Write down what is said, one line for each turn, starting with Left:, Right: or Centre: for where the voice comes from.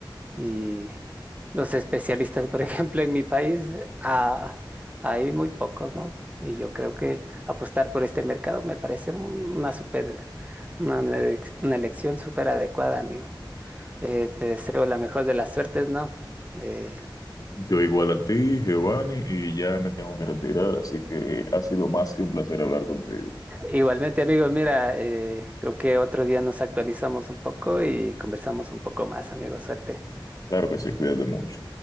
Right: y los especialistas, <laughs> por ejemplo, en mi país, ah, hay muy pocos, ¿no? Y yo creo que apostar por este mercado me parece un- una super, una, elec- una elección súper adecuada, amigo. Eh, te deseo la mejor de las suertes, ¿no? Eh,
Left: Yo igual a ti, Giovanni, y ya me tengo que retirar, así que ha sido más que un placer hablar contigo.
Right: Igualmente, amigo, mira, eh, creo que otro día nos actualizamos un poco y conversamos un poco más, amigo. Suerte.
Left: Claro que se cuida de mucho.